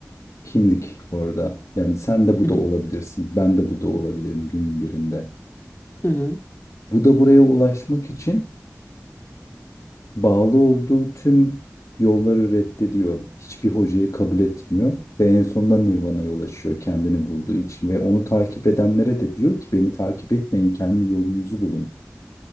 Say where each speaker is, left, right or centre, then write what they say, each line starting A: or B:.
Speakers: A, on the left; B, on the left.
A: Kimlik orada. Yani sen de bu
B: hı hı,
A: da olabilirsin. Ben de bu da olabilirim günün birinde.
B: hı hı.
A: Bu da buraya ulaşmak için bağlı olduğu tüm yolları reddediyor. Hiçbir hocayı kabul etmiyor ve en sonunda Nirvana'ya ulaşıyor kendini bulduğu için ve onu takip edenlere de diyor ki beni takip etmeyin, kendi yolunuzu bulun.